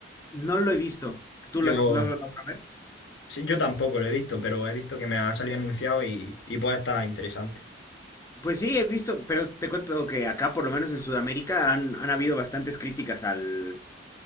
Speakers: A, on the left (about 15°); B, on the left (about 85°).
A: No lo he visto. ¿Tú
B: Yo,
A: las lo has logrado ver?
B: Sí, yo tampoco lo he visto, pero he visto que me ha salido anunciado y, y puede estar interesante.
A: Pues sí, he visto, pero te cuento que acá, por lo menos en Sudamérica, han, han habido bastantes críticas al,